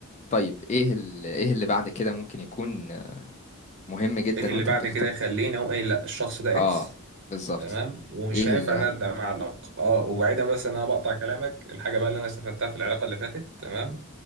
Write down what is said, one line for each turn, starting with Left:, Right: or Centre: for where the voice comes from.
Left: طيب إيه ال- إيه اللي بعد كده ممكن يكون مهم جدا
Right: ايه اللي
Left: وأنت
Right: بعد
Left: بتختار
Right: كده يخليني اقول ايه لا الشخص ده
Left: آه
Right: اكس
Left: بالظبط
Right: تمام ومش
Left: إيه
Right: هينفع
Left: اللي
Right: ان أنا ابدا مع علاقه اه وبعيدا بس ان انا بقطع كلامك الحاجه بقى اللي انا استفدتها في العلاقه اللي فاتت تمام